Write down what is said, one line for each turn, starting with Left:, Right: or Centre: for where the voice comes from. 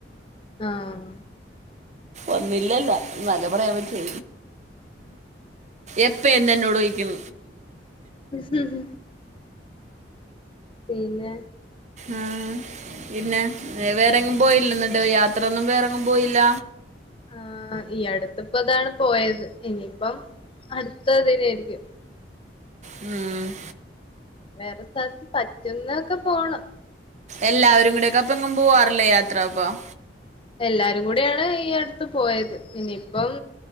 Left: ആഹ്
Right: ഒന്നില്ലല്ല നല്ല പറയാൻ പറ്റെ എപ്പന്ന്ന്നോട്യ്ക്കും
Left: ഹം ഹ പിന്നെ
Right: ആഹ് പിന്നെ വേറെങ്ങും പോയില്ല ന്ന്ട്ട് യാത്രൊന്നും വേറെങ്ങും പോയില്ല
Left: ആഹ് ഈ അടുത്തിപ്പതാണ് പോയത് ഇനിയിപ്പം അടുത്തത് ഇതന്നേരിക്കും
Right: ഉം
Left: വേറെന്താ പറ്റ്ന്നൊക്കെ പോണം
Right: എല്ലാവരും
Left: ഉം
Right: കൂടെയക്കപ്പെങ്ങും പോവാറില്ലേ യാത്രപ്പം
Left: എല്ലാരും കൂടിയാണ് ഈ അടുത്ത് പോയത് ഇനിയിപ്പം